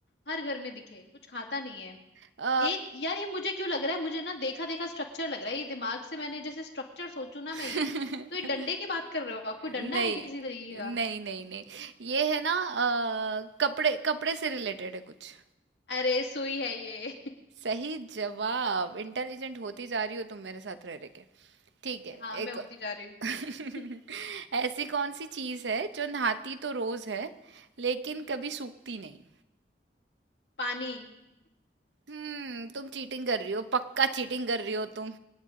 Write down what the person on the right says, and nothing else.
अ,
<laughs>
नहीं
नहीं नहीं नहीं ये है ना अ, कपड़े कपड़े से रिलेटेड है कुछ
सही जवाब इंटेलिजेंट होती जा रही हो तुम मेरे साथ रह रह के ठीक है
एक
<laughs>
ऐसी कौन सी चीज है जो नहाती तो रोज है लेकिन
कभी सूखती नहीं
हम्म तुम चीटिंग कर रही हो पक्का चीटिंग कर रही हो तुम